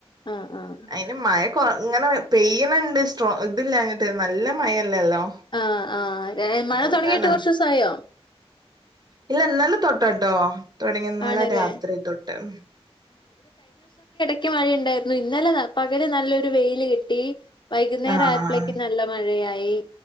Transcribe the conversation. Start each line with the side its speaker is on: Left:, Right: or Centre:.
Left: ആഹ് ആഹ്
Right: അയിന് മഴ കൊ ഇങ്ങനെ പെയ്യണണ്ട് സ്ട്രോ ഇതില്ലഞ്ഞിട്ട് നല്ല മഴല്ലല്ലോ
Left: ആഹ് ആഹ് ര
Right: അതോണ്ടാണ്
Left: മഴ തൊടങ്ങിയിട്ട് കൊറച്ച് ദിവസായോ
Right: ഇല്ല ഇന്നലെ തൊട്ടാട്ടോ തൊടങ്ങിയെ ഇന്നലെ
Left: ആണല്ലേ
Right: രാത്രി തൊട്ട് ഉം
Left: യ്ക്ക് മഴയുണ്ടായിരുന്നു ഇന്നലെ പകല് നല്ലൊരു വെയില് കിട്ടി വൈകുന്നേരായപ്പളേയ്ക്ക്
Right: ആഹ്
Left: നല്ല മഴയായി